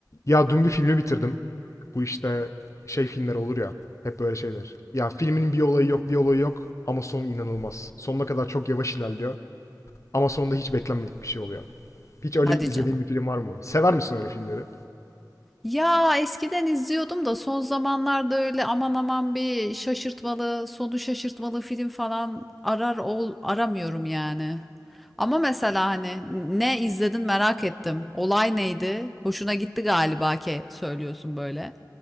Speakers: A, on the left (about 45°); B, in the centre.
A: Ya dün bir filmi bitirdim. Bu işte şey filmler olur ya. Hep böyle şeyler. Ya filmin bir olayı yok, bir olayı yok ama sonu inanılmaz. Sonuna kadar çok yavaş ilerliyor ama sonunda hiç beklenmedik bir şey oluyor. Hiç öyle
B: Hadi
A: izlediğin
B: canım.
A: bir film var mı? Sever misin öyle filmleri?
B: Ya eskiden izliyordum da son zamanlarda öyle aman aman bir şaşırtmalı, sonu şaşırtmalı film falan arar ol aramıyorum yani. Ama mesela hani ne izledin merak ettim. Olay neydi? Hoşuna gitti galiba ki söylüyorsun böyle.